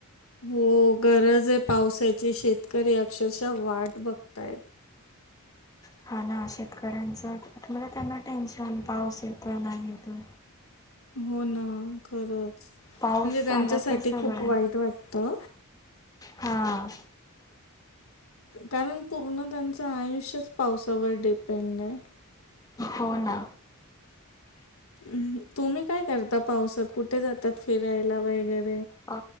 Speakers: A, on the left; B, on the left.
A: हो गरज आहे पावसाची शेतकरी अक्षरशः वाट बघताय.
B: हा ना शेतकऱ्यांच तुम्हाला त्यांना टेन्शन पाऊस येतो नाही येतो.
A: हो ना खरंच
B: पाऊस
A: म्हणजे त्यांच्यासाठी
B: आला तर सगळ्या
A: खूप वाईट वाटतं
B: हा.
A: कारण पूर्ण त्यांचं आयुष्यच पावसावर डिपेंड आहे.
B: हो ना.
A: हम्म, तुम्ही काय करता पावसात कुठे जातात फिरायला वगैरे.
B: अ